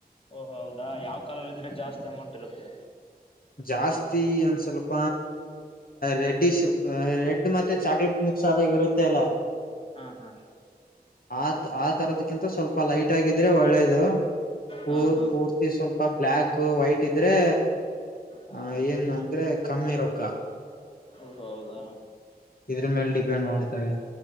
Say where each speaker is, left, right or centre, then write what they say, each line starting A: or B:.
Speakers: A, on the left; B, on the left.
A: ಓ ಹೌದಾ ಯಾವ್ ಕಲರ್ ಇದ್ರೆ ಜಾಸ್ತಿ ಅಮೌಂಟ್ ಇರುತ್ತೆ
B: ಜಾಸ್ತಿ ಒಂದ್ ಸ್ವಲ್ಪ ರೆಡ್ಡಿ ರೆಡ್ ಮತ್ತೆ ಮತ್ತೆ ಚಾಕ್ಲೇಟ್ ಮಿಕ್ಸ್ ಆದಾಗ ಇರುತ್ತೆ ಅಲ್ಲ
A: ಹಾ ಹಾ
B: ಆ ಆ ತರದ್ಕ್ಕಿಂತ ಸ್ವಲ್ಪ ಲೈಟ್ ಆಗಿದ್ರೆ ಒಳ್ಳೇದು ಪೂ
A: ಹಾ ಹಾ
B: ಪೂರ್ತಿ ಸ್ವಲ್ಪ ಬ್ಲಾಕ್ ವೈಟ್ ಇದ್ರೆ
A: ಹಾ
B: ಹ ಏನ್ ಅಂದ್ರೆ ಕಮ್ಮಿ ರೊಕ್ಕ
A: ಓಹೊ ಹೌದಾ
B: ಇದ್ರ ಮೇಲೆ ಡಿಪೆಂಡ್ ಮಾಡ್ತಾರೆ